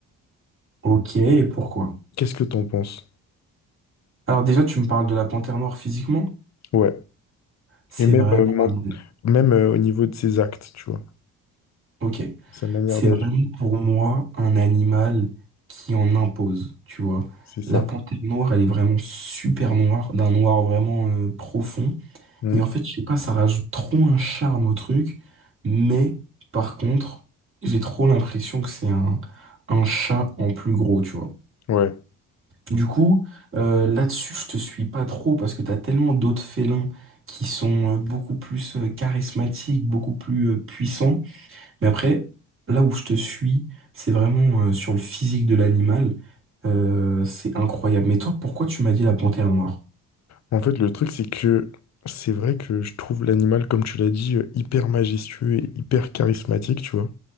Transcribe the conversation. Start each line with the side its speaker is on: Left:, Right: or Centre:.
Right: Ok, et pourquoi?
Left: Qu'est-ce que t'en penses?
Right: Alors déjà, tu me parles de la panthère noire physiquement,
Left: Ouais.
Right: c'est
Left: Et même,
Right: vraiment
Left: euh, men-
Right: un...
Left: même euh, au niveau de ses actes, tu vois.
Right: Ok,
Left: Sa manière
Right: c'est
Left: d'agir.
Right: vraiment pour moi un animal qui en impose, tu vois.
Left: C'est ça.
Right: La panthère noire, elle est vraiment super noire, d'un noir vraiment euh, profond.
Left: Mm.
Right: Et en fait, je sais pas, ça rajoute trop un charme au truc, mais par contre, j'ai trop l'impression que c'est un, un chat en plus gros, tu vois.
Left: Ouais.
Right: Du coup, euh, là-dessus, je te suis pas trop parce que t'as tellement d'autres félins qui sont euh, beaucoup plus euh, charismatiques, beaucoup plus euh, puissants. Mais après, là où je te suis, c'est vraiment euh, sur le physique de l'animal. Euh, c'est incroyable. Mais toi, pourquoi tu m'as dit la panthère noire?
Left: En fait, le truc, c'est que c'est vrai que je trouve l'animal, comme tu l'as dit, euh, hyper majestueux et hyper charismatique, tu vois.